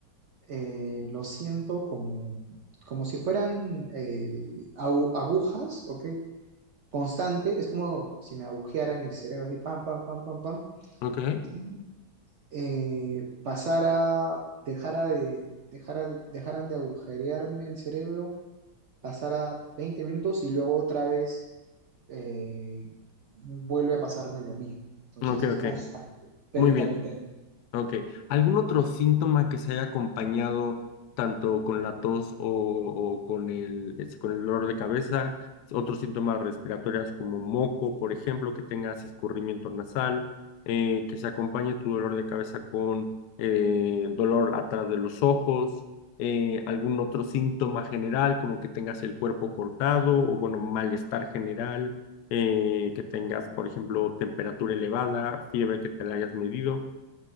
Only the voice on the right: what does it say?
eh, lo siento como, como si fueran eh, agu- agujas, ¿ok? Constante, es como si me agujearan el cerebro así, pam, pam, pam, pam, pam,
y eh, pasara, dejara de, dejara, dejaran de agujerearme el cerebro pasara 20 minutos y luego otra vez eh, vuelve a pasarme lo mismo. Entonces
es
constante, pero
intermitente.